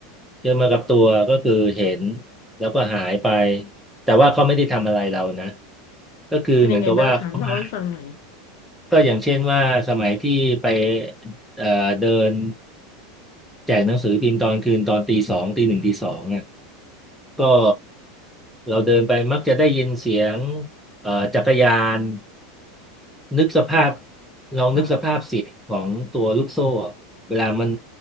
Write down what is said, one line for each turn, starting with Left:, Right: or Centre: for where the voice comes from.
Centre: เจอมากับตัวก็คือเห็นแล้วก็หายไปแต่ว่าเขาไม่ได้ทำอะไรเรานะก็คือเหมือนกับว่าเขามา
Left: เป็นยังไงบ้างคะเล่าให้ฟังหน่อย
Centre: ก็อย่างเช่นว่าสมัยที่ไปเอ่อเดินแจกหนังสือพิมพ์ตอนคืนตอนตีสองตีหนึ่งตีสอง ก็เราเดินไปมักจะได้ยินเสียงเอ่อจักรยานนึกสภาพลองนึกสภาพเสียงของตัวลูกโซ่อะเวลามัน
Left: ค่ะ